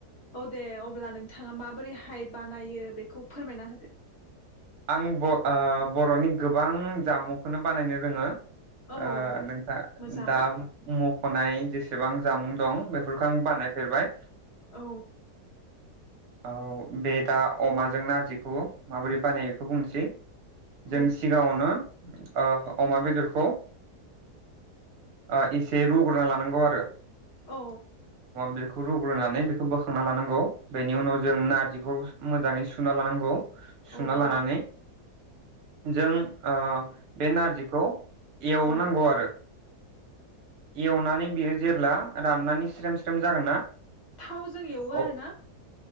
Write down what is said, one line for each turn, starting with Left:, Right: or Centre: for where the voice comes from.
Left: औ दे अब्ला नोंथाङा माबोरैहाय बानायो बेखौ फोरमायना होदो।
Right: आं ब ओ बरनि गोबां जामुंखौनो बानायनो रोङो
Left: औ
Right: ओ नोंथां
Left: मोजां
Right: दा म खनाय जेसेबां जामुं दं बेफोरखौ आं बानायफेरबाय
Left: औ
Right: औ बे दा अमाजों नारजिखौ माबोरै बानायो खौ बुंनोसै
Left: औ
Right: जों सिगाङावनो ओ अमा बेदरखौ आ इसे रु ग्रुना लानांगौ आरो अमा
Left: औ
Right: बेदरखौ रुग्रोनानै बेखौ बोखांना लानांगौ बेनि उनाव जों नारजिखौ मोजाङै सुना लानांगौ सुना
Left: औ
Right: लानानै
Left: बेनो
Right: जों ओ बे नारजिखौ एवनांगौ
Left: औ
Right: आरो एवनानै बियो जेब्ला राननानै स्रेम स्रेम जागोन ना
Left: थावजों
Right: अ
Left: एवो आरो ना?